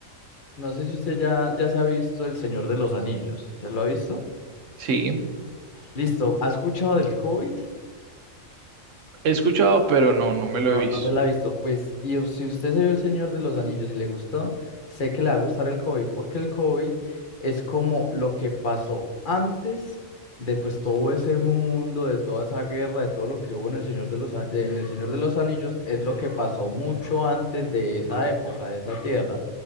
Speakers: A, on the left; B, on the right.
A: no sé si usted ya, ya se ha visto El Señor de los Anillos, ¿se lo ha visto?
B: Sí,
A: Listo, ¿ha escuchado del Hobbit?
B: he escuchado, pero no, no me lo
A: No,
B: he visto.
A: no se la ha visto. Pues, y o- si usted se vio El Señor de los Anillos y le gustó, sé que le va a gustar el Hobbit, porque el Hobbit es como lo que pasó antes de pues todo ese mundo, de toda esa guerra, de todo lo que hubo en el Señor de los, A- en el Señor de los Anillos, es lo que pasó mucho antes de esa época, de esa tierra.